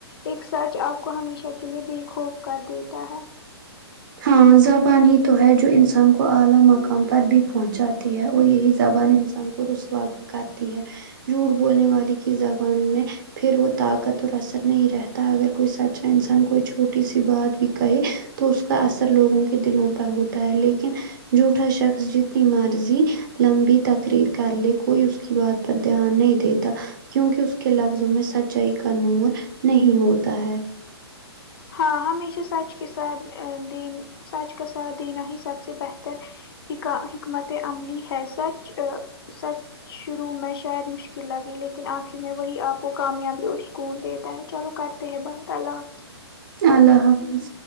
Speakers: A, on the left; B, on the right.
A: ایک سچ آپ کو ہمیشہ کے لیے بے خوف کر دیتا ہے
B: ہاں زبان ہی تو ہے جو انسان کو اعلی مقام پر بھی پہنچاتی ہے اور یہی زبان انسان کو رسوا بھی کرتی ہے جھوٹ بولنے والے کی زبان میں پھر وہ طاقت اور اثر نہیں رہتا اگر کوئی سچا انسان کوئی چھوٹی سی بات بھی کہے تو اس کا اثر لوگوں کے دلوں پر ہوتا ہے لیکن جوٹا شخص جتنی مرضی لمبی تقریر کر لے کوئی اس کی بات پر دھیان نہیں دیتا کیونکی اس کے لفظوں میں سچائی کا نور نہیں ہوتا ہے
A: ہاں ہمیشہ سچ کے ساتھ دین سچ کا ساتھ دینا ہی سب سے بہتر حکم حکمت عملی ہے سچ سچ شروع میں شاید مشکل لگئی لیکن آخر میں وہی آپ وہ کامیابی اور سکون دیتا ہے چلو کرتے ہیں بہت اللہ
B: اللہ حافظ